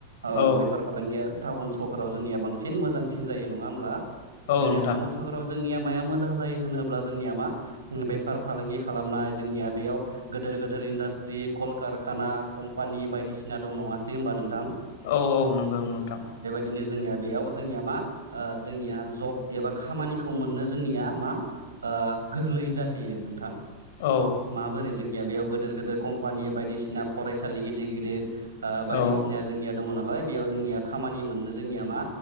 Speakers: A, on the right; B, on the left.
A: ओ
B: औ
A: बेफार फालांगिया टाउन सहराव जोंनिया बांसिन मोजांसिन जायो नङा ओमब्ला
B: औ
A: जोंनिया
B: नोंथां
A: टाउन सहराव जोंनियाव माया मोजां जायो होनोब्ला जोंनिया मा बेफार फालांगि खालामनाय जोंनिया बेयाव गोदोर गोदोर इन्डास्ट्रि कलकारखाना कम्पानि बायदिसिना दं नङासै ओमबा नोंथां?
B: औ औ नंगौ नोंथां
A: बिदिनो जोंनिया बेयाव जोंनिया मा ओ जोंनिया जब एबा खामानिखौ मोननो जोंनिया मा ओ गोरलै जाहैयो नोंथां
B: औ
A: माबोरै जोंनिया बेयाव गोदोर गोदोर कम्पानि बायदिसिना फरायसालि गिदिर गिदिर ओ बायदिसिना
B: औ
A: जोंनिया दङ नालाय बेयाव जोंनिया खामानि मोननो जोंनिया मा